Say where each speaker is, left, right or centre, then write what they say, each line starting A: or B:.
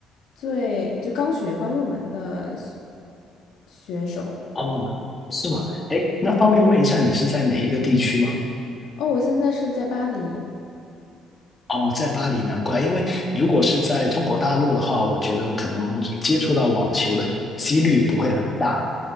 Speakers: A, on the left; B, on the left.
A: 最就刚学刚入门的选手。
B: 哦，是吗？哎，那方便问一下，你是在哪一个地区吗？
A: 哦，我现在是在巴黎。
B: 哦，在巴黎，难怪，因为如果是在中国大陆的话，我觉得我可能接触到网球的几率不会很大，